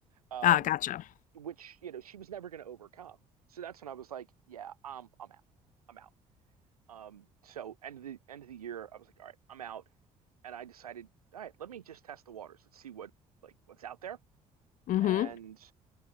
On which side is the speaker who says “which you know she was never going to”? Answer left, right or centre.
Right